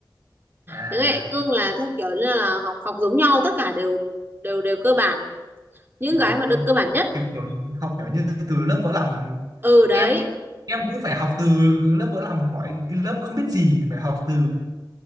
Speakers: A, on the right; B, on the right.
A: à
B: tiếng Anh đại cương là theo kiểu như là học học giống nhau tất cả đều đều đều cơ bản những
A: vâng
B: cái mà
A: học
B: được cơ bản nhất
A: kiểu, kiểu học kiểu như từ lớp vỡ lòng
B: ừ đấy
A: em em cũng phải học từ lớp vỡ lòng khỏi cái lớp không biết gì phải học từ